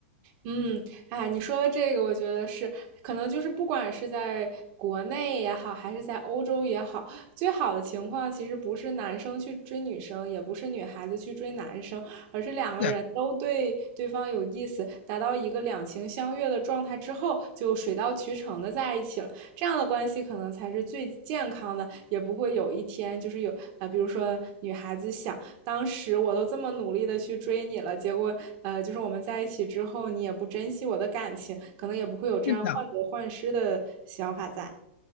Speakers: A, on the right; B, on the left.
A: 嗯，啊，你说的这个，我觉得是，可能就是不管是在国内也好，还是在欧洲也好，最好的情况其实不是男生去追女生，也不是女孩子去追男生，而是两个人都对对方有意思，
B: 对，
A: 达到一个两情相悦的状态之后，就。就水到渠成的在一起了。这样的关系可能才是最健康的，也不会有一天就是有呃，比如说女孩子想，当时我都这么努力的去追你了，结果呃，就是我们在一起之后，你也不珍惜我的感情，可能也不会有这样患得患失的想法在。
B: 是的。